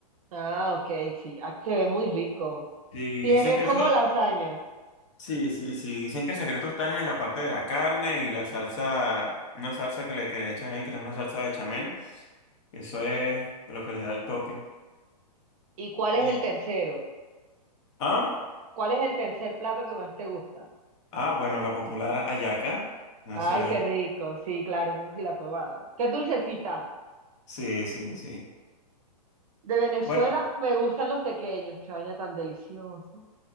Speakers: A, on the right; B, on the left.
A: Ah, ok, sí. Ah, se ve muy rico.
B: Y
A: Sí,
B: dicen
A: es, es
B: que
A: como
B: eso,
A: lasaña.
B: sí, sí, sí, dicen que el secreto está en la parte de la carne y la salsa, una salsa que le, que le echan ahí, que es una salsa bechamel Eso es lo que le da el toque.
A: ¿Y cuál es
B: Y,
A: el tercero?
B: ah,
A: ¿Cuál es el tercer plato que más te gusta?
B: ah, bueno, la popular hallaca. No
A: Ay,
B: sé si las-
A: qué rico. Sí, claro, eso sí la he probado. Qué dulcecita.
B: Sí, sí, sí.
A: De Venezuela
B: Bueno,
A: me gustan los pequeños. Qué vaina tan deliciosa.